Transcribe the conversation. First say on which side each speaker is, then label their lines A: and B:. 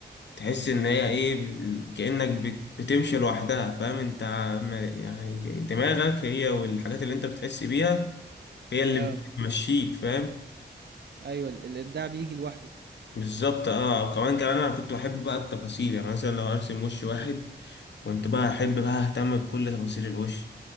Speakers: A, on the left (about 80°); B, on the right (about 70°).
A: تحس ان هي ايه ب- كأنك بت- بتمشي لوحدها فاهم انت عم- يعني دماغك هي والحاجات اللي انت بتحس بيها هي اللي
B: اه
A: بتمشيك فاهم
B: أيوة ال- الإبداع بيجي لوحده
A: بالظبط اه وكمان كمان انا كنت بحب بقى التفاصيل يعني مثلا لو ارسم وش واحد كنت بقى احب بقى اهتم بكل تفاصيل الوش